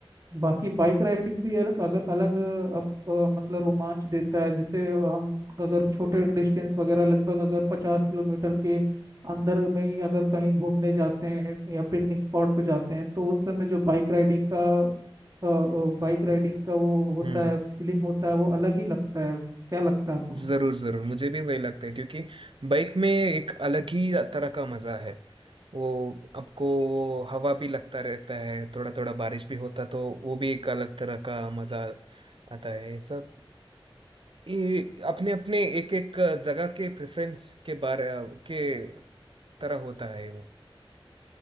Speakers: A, on the right (about 35°); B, on the right (about 65°).
A: बाकी बाइक राइडिंग भी अलग अगर अलग अप, अ, मतलब रोमांच देता है जैसे हम अगर छोटे डिस्टेंस वगैरह लगभग अगर पचास किलोमीटर के अंदर में ही अगर कहीं घूमने जाते हैं या पिकनिक स्पॉट पे जाते हैं तो उस समय जो बाइक राइडिंग का बाइक राइडिंग का वो होता
B: हम्म
A: है फीलिंग होता है वो अलग ही लगता है क्या लगता है आपको
B: जरूर जरूर मुझे भी वही लगता है क्योंकि बाइक में एक अलग ही तरह का मजा है वो आपको हवा भी लगता रहता है थोड़ा थोड़ा बारिश भी होता तो वो भी एक अलग तरह का मजा आता है ये सब ये अपने अपने एक एक जगह के प्रेफरेंस के बारे के तरह होता है वो